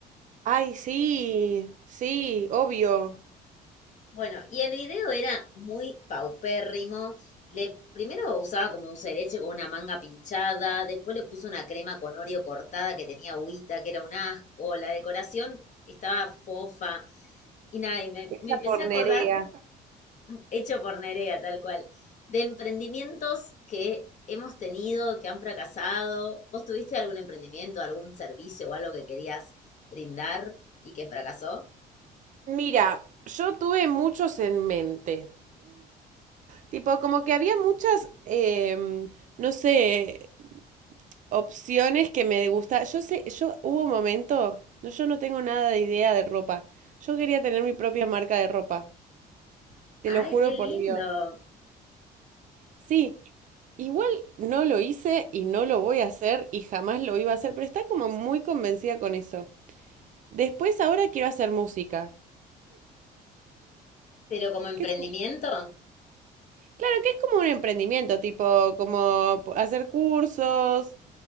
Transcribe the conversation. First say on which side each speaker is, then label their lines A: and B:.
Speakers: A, on the right (about 50°); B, on the left (about 45°).
A: Ay, sí, sí, obvio.
B: Bueno, y el video era muy paupérrimo. Le, primero usaba como dulce de leche con una manga pinchada, después le puso una crema con Oreo cortada que tenía agüita, que era un asco. La decoración estaba fofa. Y nada, y me,
A: Esa
B: me empecé
A: por
B: a acordar,
A: Nerea.
B: hecho por Nerea, tal cual, de emprendimientos que hemos tenido, que han fracasado. ¿Vos tuviste algún emprendimiento, algún servicio o algo que querías brindar y que fracasó?
A: Mira, yo tuve muchos en mente. Tipo, como que había muchas, em, no sé, opciones que me gustaban. Yo sé, yo hubo un momento, no, yo no tengo nada de idea de ropa. Yo quería tener mi propia marca de ropa. Te
B: ¡Ay,
A: lo juro
B: qué lindo!
A: por Dios. Sí, igual no lo hice y no lo voy a hacer y jamás lo iba a hacer, pero está como muy convencida con eso. Después ahora quiero hacer música.
B: Pero como emprendimiento.
A: Que es- claro que es como un emprendimiento, tipo, como p- hacer cursos,